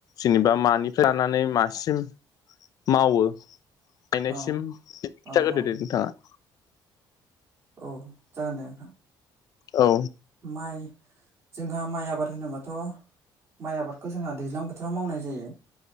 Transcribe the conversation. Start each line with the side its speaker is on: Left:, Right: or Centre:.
Left: जेनेबा मानिफ्राय लानानै मासिम मावो गायनायसिम
Right: औ
Left: खिथाग्रोदो
Right: औ औ
Left: दे नोंथाङा
Right: औ जागोन दे नोंथां
Left: औ
Right: माइ जोंहा माइ आबाद होनोबाथ' माइ आबादखौ जोंहा दैज्लां बोथोराव मावनाय जायो